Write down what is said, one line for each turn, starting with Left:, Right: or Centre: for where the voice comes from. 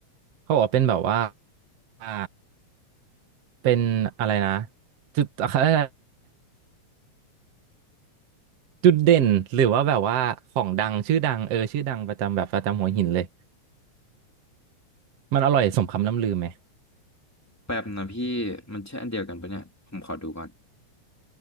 Right: เขาบอกว่าเป็นแบบว่าอ่าเป็นอะไรนะจุดอะไรนะจุดเด่นหรือว่าแบบว่าของดังชื่อดังเออชื่อดังประจำแบบประจำหัวหินเลยมันอร่อยสมคำล่ำลือไหม
Centre: แป๊บนะพี่มันใช่อันเดียวกันปะเนี่ยผมขอดูก่อน